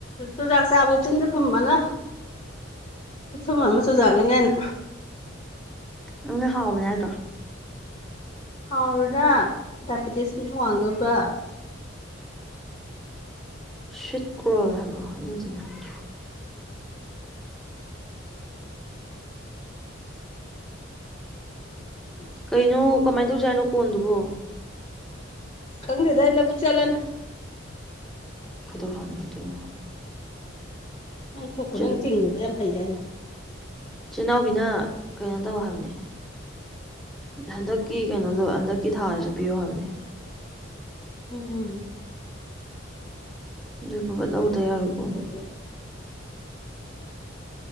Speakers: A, on the left (about 25°); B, in the centre.
A: ꯆꯨꯖꯥꯛ ꯆꯥꯕꯗ ꯆꯤꯟꯗ ꯊꯨꯝꯕꯅ ꯊꯨꯝ ꯑꯃ ꯆꯨꯖꯥꯛꯅꯤꯉꯥꯏꯅ
B: ꯅꯪꯅ ꯍꯥꯎꯕꯅꯦ ꯍꯥꯏꯗ꯭ꯔꯣ
A: ꯍꯥꯎꯔ ꯗꯥꯏꯕꯤꯇꯤꯁ ꯋꯥꯡꯗꯣꯏꯕ꯭ꯔ
B: ꯁꯦꯠꯀ꯭ꯔꯣꯜ ꯍꯥꯏꯕ꯭ꯔꯣ ꯑꯗꯨꯗꯨꯅ ꯍꯥꯏ
A: ꯎꯝ
B: ꯀꯩꯅꯣ ꯀꯃꯥꯏꯅ ꯇꯧꯁꯥꯏꯅꯣ ꯀꯣꯟꯗꯨꯕꯣ
A: ꯈꯪꯗꯦꯗ ꯏꯂ ꯄꯨꯕꯨꯛ ꯆꯂꯅ
B: ꯐꯩꯗꯧ ꯍꯥꯟ ꯏꯗꯤꯅ
A: ꯅꯪ ꯊꯣꯛꯄ
B: ꯆꯤꯟ
A: ꯅꯪ ꯆꯤꯡꯕꯗ ꯌꯥꯝ ꯍꯩꯗꯤ ꯍꯥꯏꯅ
B: ꯏꯆꯤꯜ ꯏꯅꯥꯎꯕꯤꯅ ꯀꯩꯅꯣ ꯇꯧ ꯍꯥꯏꯕꯅꯦ ꯍꯟꯗꯛꯀꯤ ꯀꯩꯅꯣ ꯂꯣ ꯍꯟꯗꯛꯀꯤ ꯊꯥꯔꯁꯨ ꯄꯤꯌꯣ ꯍꯥꯏꯕꯅꯦ
A: ꯎꯝ ꯎꯝ
B: ꯑꯗꯨꯏ ꯐꯕ ꯂ ꯂꯧꯗ ꯌꯥꯔꯣꯏꯀꯣ ꯑꯗꯣ